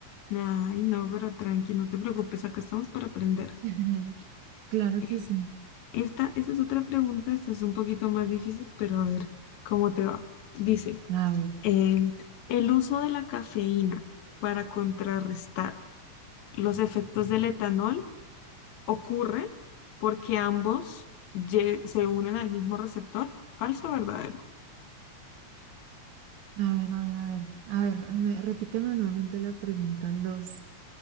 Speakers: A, on the left (about 75°); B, on the right (about 75°).
A: Ay, no, pero tranqui, no te preocupes, acá estamos para aprender.
B: <laughs> Claro
A: Eh,
B: que sí.
A: Esta, esa es otra pregunta, esta es un poquito más difícil, pero a ver cómo te va. Dice,
B: A ver,
A: em, el uso de la cafeína para contrarrestar los efectos del etanol ocurre porque ambos lle- se unen al mismo receptor, falso o verdadero.
B: a ver, a ver, a ver, a ver, me- repíteme nuevamente la pregunta, los,